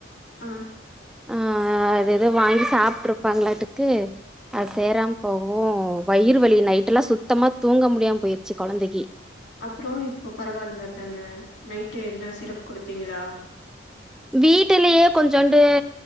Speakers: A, on the left (about 65°); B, in the centre.
A: ஆ
B: ஆ அதேதோ வாங்கி சாப்ட்ருப்பாங்களாட்ருக்கு அது சேராம போகவு வயிறு வலி நை ட்டலா சுத்தமா தூங்க முடியாம போயிருச்சு கொழந்தைக்கு
A: அப்புற இப்போ பரவால்ல தான நைட்டு என்ன சிரப் குடுத்திங்களா
B: வீட்டுலியே கொஞ்சோண்டு